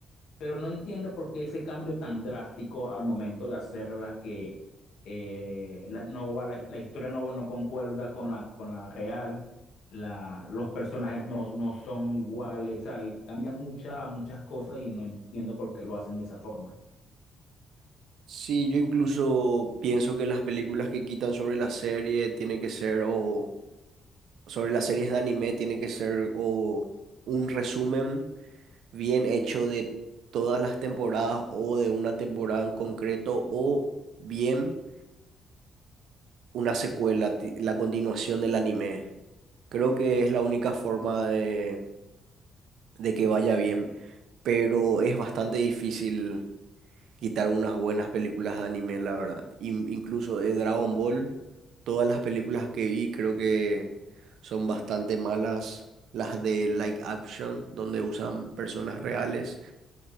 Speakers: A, on the left; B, on the right.
A: pero no entiendo por qué ese cambio tan drástico al momento de hacerla que eh, la, no va- la, la historia no, no concuerda con la, con la real, la, los personajes no, no son iguales, ¿sabes? Cambian mucha- muchas cosas y no entiendo por qué lo hacen de esa forma.
B: Sí, yo incluso pienso que las películas que quitan sobre la serie tiene que ser o sobre las series de anime tiene que ser o un resumen bien hecho de todas las temporadas o de una temporada en concreto o bien una secuela, ti- la continuación del anime. Creo que es la única forma de, de que vaya bien, pero es bastante difícil quitar unas buenas películas de anime, la verdad. In- incluso de Dragon Ball, todas las películas que vi creo que son bastante malas. Las de Like Action, donde usan personas reales,